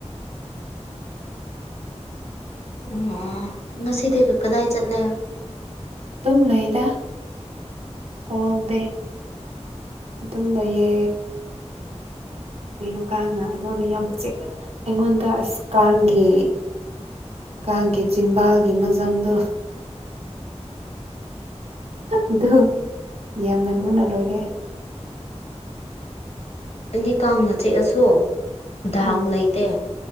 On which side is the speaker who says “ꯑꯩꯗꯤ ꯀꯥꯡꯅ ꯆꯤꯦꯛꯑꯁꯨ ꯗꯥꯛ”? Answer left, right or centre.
Left